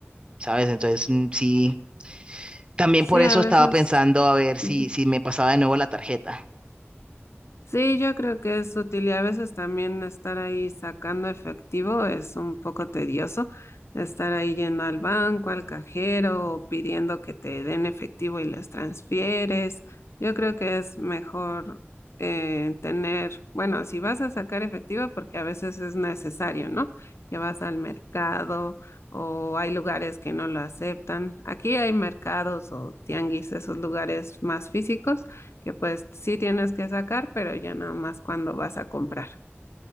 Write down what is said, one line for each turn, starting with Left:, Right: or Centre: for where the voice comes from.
Right: ¿sabes? Entonces, mm, sí, también
Left: Sí,
Right: por eso
Left: a veces.
Right: estaba pensando a ver si,
Left: ujú.
Right: si me pasaba de nuevo la tarjeta.
Left: Sí, yo creo que es útil y a veces también estar ahí sacando efectivo es un poco tedioso, estar ahí yendo al banco, al cajero, o pidiendo que te den efectivo y les transfieres. Yo creo que es mejor eh, tener, bueno, si vas a sacar efectivo, porque a veces es necesario, ¿no? Que vas al mercado o hay lugares que no lo aceptan. Aquí hay mercados o tianguis, esos lugares más físicos que pues sí tienes que sacar, pero ya nada más cuando vas a comprar.